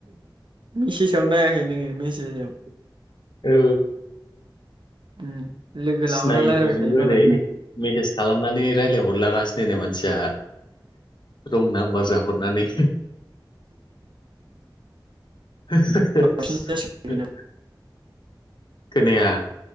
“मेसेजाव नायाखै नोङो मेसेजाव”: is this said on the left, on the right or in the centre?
Right